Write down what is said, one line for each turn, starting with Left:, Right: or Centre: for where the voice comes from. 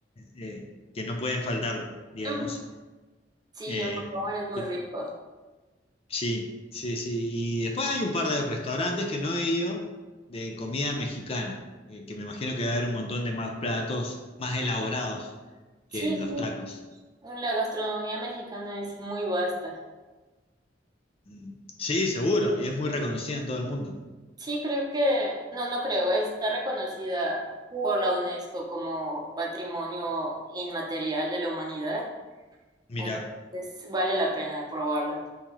Left: eh, que no pueden faltar, digamos.
Right: Ujú, Sí,
Left: Eh,
Right: el guacamole es muy
Left: eh,
Right: rico.
Left: sí, sí, sí. Y después hay un par de restaurantes que no he ido de comida mexicana, eh, que me imagino que va a haber un montón de más platos más elaborados
Right: Sí,
Left: que los
Right: sí,
Left: tacos.
Right: la gastronomía mexicana es muy vasta.
Left: Mm, Sí, seguro, y es muy reconocida en todo el mundo.
Right: Sí, creo que, no, no creo, está reconocida por la UNESCO como Patrimonio Inmaterial de la Humanidad,
Left: Mira.
Right: entonces vale la pena probarla.